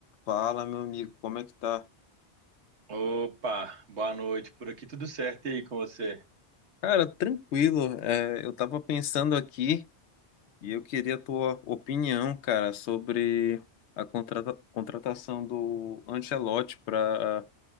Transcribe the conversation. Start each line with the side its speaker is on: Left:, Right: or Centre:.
Left: Fala, meu amigo, como é que tá?
Right: Opa, boa noite. Por aqui tudo certo e aí com você?
Left: Cara, tranquilo. É, eu tava pensando aqui e eu queria a tua opinião, cara, sobre a contrata- contratação do Ancelotti para